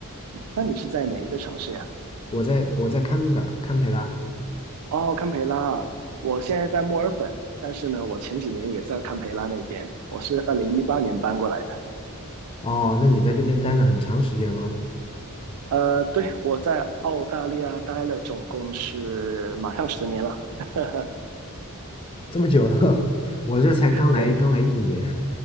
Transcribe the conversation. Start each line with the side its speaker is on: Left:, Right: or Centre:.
Right: 那你是在哪一个城市呀？
Left: 我在我在堪培拉，堪培拉。
Right: 哦，堪培拉，我现在在墨尔本，但是呢，我前几年也在堪培拉那边，我是二零一八年搬过来的。
Left: 哦，那你在这边待了很长时间喽，
Right: 呃，对，我在澳大利亚待了总共是马上十年了，<laughs>
Left: 这么久了，<laughs> 我这才刚来，
Right: 对，
Left: 刚来一年。